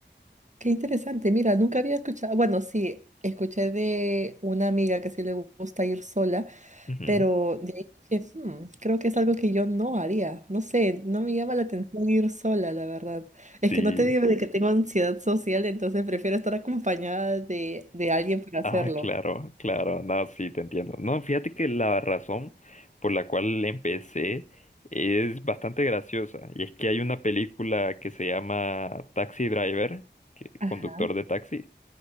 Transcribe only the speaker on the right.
qué interesante. Mira, nunca había escuchado, bueno, sí, escuché de una amiga que sí le gusta ir sola
Pero de ahí dije, "Hmm, creo que es algo que yo no haría. No sé, no me llama la atención ir sola, la verdad. Es
que no te digo de que tengo ansiedad social, entonces prefiero estar acompañada de, de alguien para hacerlo.
Ajá,